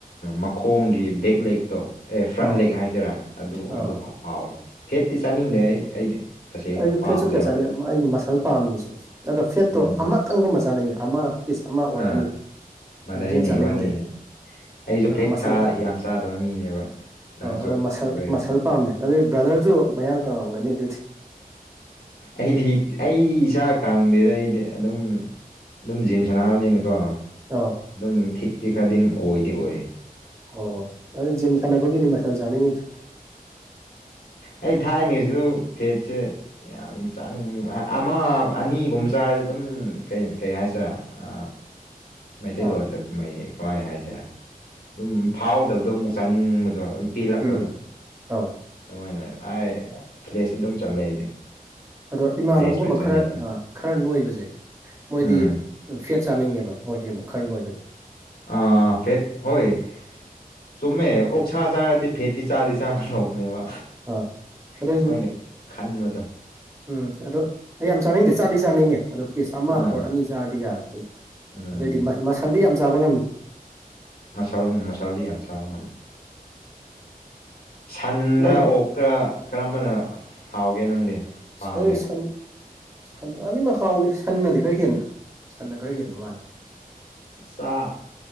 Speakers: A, on the left (about 75°); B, on the right (about 20°).
A: ꯃꯈꯣꯡꯒꯤ ꯕꯦꯛ ꯂꯦꯛꯇꯣ ꯑꯦ ꯐ꯭ꯔꯟ
B: ꯑꯥ
A: ꯂꯦꯛ ꯍꯥꯏꯁꯤꯔꯥ ꯑꯗꯨ
B: ꯑꯥ
A: ꯑꯗꯨ ꯍꯥꯎ ꯍꯥꯎꯋꯤ ꯐꯦꯠꯇꯤ ꯆꯥꯅꯤꯡꯗꯦ ꯑꯩ ꯑꯩꯗꯤ ꯇꯁꯦꯡꯅ
B: ꯑꯩꯁꯨ
A: ꯄꯥꯝꯗꯦꯕ
B: ꯐꯦꯠꯁꯨ ꯀꯌꯥ ꯆꯥꯅꯤꯡꯩ ꯑꯩ ꯃꯁꯜ ꯄꯥꯝꯃꯦ ꯑꯩꯁꯨꯦ ꯑꯗꯣ ꯐꯦꯠꯇꯣ
A: ꯎꯝ
B: ꯑꯃꯇꯪꯒꯨꯝꯕ ꯆꯥꯅꯤꯡꯉꯦ ꯑꯃ ꯄꯤꯁ ꯑꯃ ꯑꯣꯔ
A: ꯑꯥ
B: ꯑꯅꯤ
A: ꯃꯥꯟꯅꯩꯅꯦ
B: ꯑꯗꯨꯗꯩ ꯍꯦꯟꯅ ꯆꯥꯅꯤꯡꯗꯦ
A: ꯏꯕꯥꯅꯤꯖꯦ ꯑꯩꯁꯨ
B: ꯑꯗꯨꯒ
A: ꯐꯦꯠ
B: ꯃꯁꯜ
A: ꯆꯥ ꯌꯥꯝ ꯆꯥꯗꯕ ꯃꯤꯅꯦꯕ ꯅꯪꯁꯨ
B: ꯑ ꯃꯁꯜ
A: ꯑꯣꯏꯔꯣ
B: ꯃꯁꯜ ꯄꯥꯝꯃꯦ ꯑꯗꯨꯏ ꯕ꯭ꯔꯗꯔꯁꯨ ꯃꯌꯥꯡ ꯀꯪꯉꯝꯒꯅꯤ ꯑꯗꯨꯗꯤ
A: ꯑꯩꯗꯤ ꯑꯩ ꯏꯁꯥꯛ ꯀꯥꯡꯗꯦꯗ ꯑꯩꯗꯤ ꯑꯗꯨꯝ ꯑꯗꯨꯝ ꯖꯤꯝ ꯁꯥꯟꯅꯥꯅꯕꯅꯤꯅꯀꯣ
B: ꯑꯥꯎ
A: ꯑꯗꯨꯝ ꯊꯤꯛꯇꯤ ꯈꯗꯤꯝ ꯑꯣꯏꯗꯤ ꯑꯣꯏꯌꯦ
B: ꯑꯣ ꯑꯗꯨꯗꯤ ꯖꯤꯝ ꯁꯥꯟꯅꯕꯒꯤꯅꯤ ꯃꯁꯜ ꯆꯥꯅꯤꯡꯉꯤꯗꯨ
A: ꯑꯩ ꯊꯥꯏꯅꯤꯁꯨ ꯐꯦꯠꯁꯦ ꯌꯥꯝ ꯆꯥꯅꯤꯡꯕ ꯑꯃ ꯑꯅꯤꯒꯨꯝꯕ ꯆꯥꯔꯗꯤ ꯑꯗꯨꯝ ꯀꯩ ꯀꯩ ꯍꯥꯏꯁꯤꯔꯦ ꯑ ꯃꯩꯇꯩꯂꯣꯟꯗ
B: ꯑꯥꯎ
A: ꯃꯩ ꯀꯃꯥꯏ ꯍꯥꯏꯁꯤꯔꯥ ꯑꯗꯨꯝ ꯐꯥꯎꯗꯕꯗꯣ ꯑꯃꯨꯛ ꯆꯥꯅꯤꯡꯕꯗꯣ ꯄꯦꯜꯂꯛꯄꯗꯣ
B: ꯎꯝ ꯑꯥꯎ
A: ꯑꯗꯨꯃꯥꯏꯅ ꯑꯥꯏ ꯐ꯭ꯂꯦꯁꯇ ꯑꯗꯨꯝ ꯆꯠꯂꯦ ꯑꯩꯗꯤ
B: ꯑꯗꯣ ꯏꯃꯥꯟꯅꯕꯒꯨꯝꯕ
A: ꯐ꯭ꯂꯦꯁ ꯑꯣꯏꯅ ꯆꯥꯅꯤꯡꯉꯦ
B: ꯈꯔ ꯈꯔ ꯅꯣꯏꯕꯁꯦ ꯃꯣꯏꯗꯤ
A: ꯎꯝ
B: ꯐꯦꯠ ꯆꯥꯅꯤꯡꯉꯦꯕ ꯃꯣꯏꯗꯤ ꯑꯃꯨꯛ ꯈꯔ ꯅꯣꯏꯕꯁꯦ
A: ꯑ ꯐꯦꯠ ꯍꯣꯏ ꯆꯨꯝꯃꯦ ꯑꯣꯛꯁꯥ ꯆꯥꯔꯗꯤ ꯐꯦꯠꯇꯤ ꯆꯥꯗꯤ ꯆꯥꯒꯗꯧꯕꯅꯦꯕ
B: ꯑ ꯑꯗꯣ
A: ꯑꯩꯈꯣꯏꯅ
B: ꯑꯩꯁꯨ
A: ꯈꯟꯕꯗꯣ
B: ꯎꯝ ꯑꯗꯣ ꯑꯩ ꯌꯥꯝ ꯆꯥꯅꯤꯡꯗꯦ ꯆꯥꯗꯤ ꯆꯥꯅꯤꯡꯉꯦ ꯑꯗꯣ ꯄꯤꯁ ꯑꯃ
A: ꯑꯥ
B: ꯑꯣꯔ ꯑꯅꯤ ꯆꯥꯔꯗꯤ ꯌꯥꯔꯦ ꯑꯩꯗꯤ
A: ꯎꯝ
B: ꯑꯗꯨꯏꯗꯤ ꯃꯥꯁꯜ ꯃꯁꯜꯗꯤ ꯌꯥꯝ ꯆꯥꯕ ꯉꯝꯃꯤ
A: ꯃꯁꯜ ꯃꯁꯜꯗꯤ ꯌꯥꯝꯟ ꯆꯥꯕ ꯉꯝꯃꯤ ꯁꯟꯗ
B: ꯃꯣꯏꯗꯤ
A: ꯑꯣꯛ ꯀ ꯀꯔꯝꯕꯅ ꯍꯥꯎꯒꯦ ꯅꯪꯗꯤ ꯄꯥꯝꯒꯦ
B: ꯑꯩ ꯁꯟ ꯁꯟ ꯑꯅꯤꯃꯛ ꯍꯥꯎꯋꯤ ꯁꯟꯅꯗꯤ ꯈꯔ ꯍꯦꯟꯕ꯭ꯔꯥ ꯁꯟꯅ ꯈꯔ ꯍꯦꯟꯕ ꯃꯥꯜꯂꯤ
A: ꯆꯥ